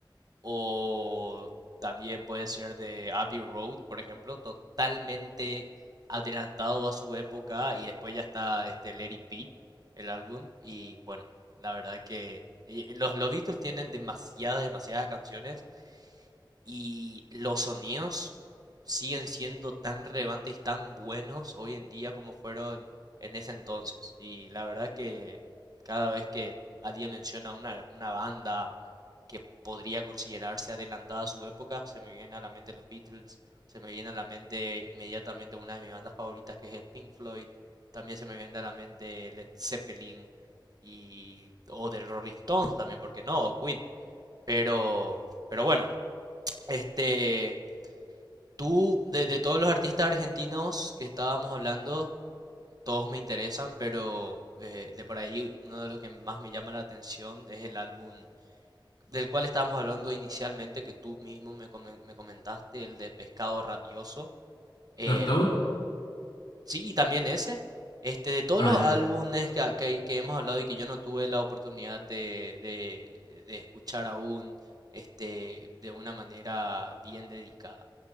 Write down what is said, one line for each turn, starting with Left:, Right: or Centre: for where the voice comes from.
Right: o también puede ser de Abbey Road, por ejemplo, totalmente adelantado a su época y después ya está este Let It Be, el álbum y bueno, la verdad que eh, eh, los, los Beatles tienen demasiadas, demasiadas canciones y los sonidos siguen siendo tan relevantes y tan buenos hoy en día como fueron en ese entonces. Y la verdad que cada vez que alguien menciona una, una banda que podría considerarse adelantada a su época. Se me vienen a la mente los Beatles, se me viene a la mente inmediatamente una de mis bandas favoritas que es Pink Floyd, también se me viene a la mente Led Zeppelin y o del Rolling Stones también, porque no, o Queen. Pero, pero bueno, este, tú de, de todos los artistas argentinos que estábamos hablando, todos me interesan, pero eh, de por ahí uno de los que más me llama la atención es el álbum del cual estábamos hablando inicialmente, que tú mismo me, come- me comentaste, el de Pescado Rabioso. Em,
Left: ¿Dartout?
Right: sí, y también ese. Este, de todos
Left: Ah,
Right: los
Left: ya.
Right: álbumes que, que- que hemos hablado y que yo no tuve la oportunidad de, de- de escuchar aún, este, de una manera bien dedicada.